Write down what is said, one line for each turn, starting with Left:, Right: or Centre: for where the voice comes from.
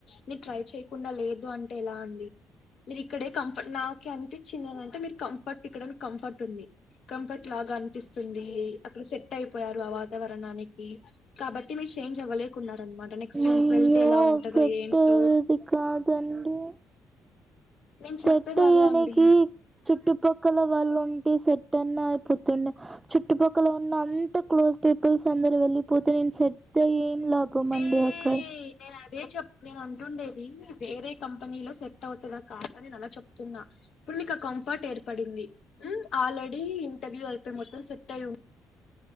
Left: నీ ట్రై చేయకుండా లేదు అంటే ఎలా అండి మీరు ఇక్కడే కంఫర్ట్ నాకి అనిపిచ్చింది ఏందంటే మీరు కంఫర్ట్ ఇక్కడ మీకు కంఫర్ట్ ఉంది కంఫర్ట్ లాగా అనిపిస్తుంది అ సెట్ అయిపోయారు ఆ వాతావరణానికి కాబట్టి మీరు షేంజ్ అవ్వలేకున్నా అన్మాట నెక్స్ట్
Right: అయ్యో!
Left: వెళ్తే ఎలా ఉంటదో
Right: సెట్
Left: ఏంటో?
Right: ఇది కాదండి.
Left: నేన్ చెప్పేది
Right: సెట్ అయ్యేనికి
Left: అదే అండి.
Right: చుట్టుపక్కల వాళ్ళు ఉంటే సెట్ అన్నా అయిపోతుండే చుట్టుపక్కల ఉన్న అంత క్లోజ్ పిపుల్స్ అందరూ వెళ్లిపోతే ఏం చెప్తే ఏం లాభం అండి
Left: ఏ
Right: అక్కడ
Left: నేను అదే చెప్ నేను అంటున్ అనేది వేరే కంపెనీలో సెట్ అవుతదా కాదా నేనదే చెప్తున్నా ఇప్పుడు మీకు ఆ కంఫర్ట్ ఏర్పడింది ఉమ్ ఆల్రెడీ ఇంటర్వ్యూ అయితే మొత్తం సెట్ అయి ఉం